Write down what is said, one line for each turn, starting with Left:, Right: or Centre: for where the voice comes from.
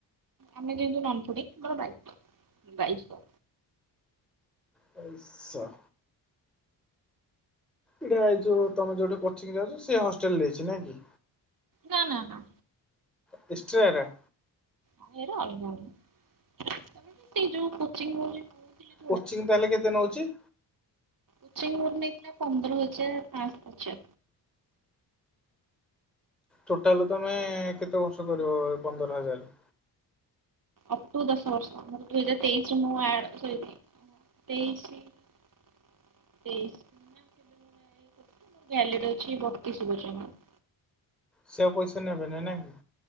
Right: ଆମେ ଯେହେତୁ ନନ ଫୁଡ଼ିଙ୍ଗ ଆମର ବାଇଶ।
Centre: ବାଇଶ। ଏଇଟା ଏଇ ଯୋଉ ତମେ ଯୋଉଠି କୋଚିଂ ଯାଉଛ ସେ ହଷ୍ଟେଲ ଦେଇଛି ନାଇଁ କି?
Right: ନା ନା ନା।
Centre: ଏକ୍ସଷ୍ଟ୍ରା ଏରା।
Right: ଆମେ ଏରା ଅଲଗା <unintelligible> ତାପରେ ବି ସେଇ ଯୋଉ କୋଚିଂ ନଉଚି ନଉଥିଲେ
Centre: କୋଚିଂ ତାହେଲେ କେତେ ନଉଛି?
Right: କୋଚିଂ ମୋର ନେଇଥିଲା ପନ୍ଦର ହଜାର ପାଁଶହ ପଚାଶ।
Centre: ଟୋଟାଲ ତମେ କେତେ ବର୍ଷ କରିବ ଏ ପନ୍ଦର ହଜାର?
Right: ଅପ ଟୁ ଦଶ ବର୍ଷ ମୋର ଦୁଇ ହଜାର ତେଇଶରେ ମୁଁ ଆଡ୍ ସରି <unintelligible> ତେଇଶି ତେଇଶି ନା କେବେ ଗୋଟେ ଇଏ କରିଥିଲି ମୋର ଭ୍ୟାଲିଡି ଅଛି ବତିଶି ପର୍ଯ୍ୟନ୍ତ।
Centre: ସେ ଆଉ ପଇସା ନେବେ ନାଇ ନାଇଁ କି?